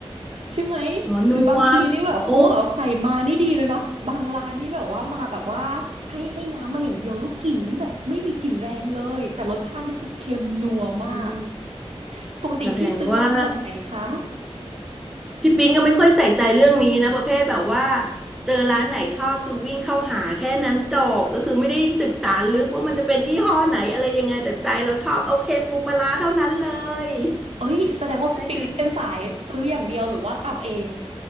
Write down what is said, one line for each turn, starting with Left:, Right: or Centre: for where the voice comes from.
Right: ใช่ไหม
Centre: หรอนัว
Right: หรือบางทีนี่แบบเขาแบบใส่มานี่ดีเลยเนาะบางร้านนี่แบบว่ามาแบบว่า
Centre: โอ้
Right: ให้ให้น้ำมาอย่างเดียวแล้วกลิ่นนี่แบบไม่มีกลิ่นแรงเลยแต่รสชาตินี่คือเค็มนัวมาก
Centre: อืม
Right: ปกติพี่ซื้อร้านแถวไหนคะ
Centre: แสดงว่าพี่ปิ๊งก็ไม่ค่อยใส่ใจเรื่องนี้นะประเภทแบบว่าเจอร้านไหนชอบคือวิ่งเข้าหาแค่นั้นจบก็คือไม่ได้ศึกษาลึกว่ามันจะเป็นยี่ห้อไหนอะไรยังไงแต่ใจเราชอบโอเคปูปลาร้าเท่านั้นเลย
Right: เอ้ยแสดงว่าพี่ปิงนี่เป็นสายซื้ออย่างเดียวหรือว่าตำเอง
Centre: นั่นคือ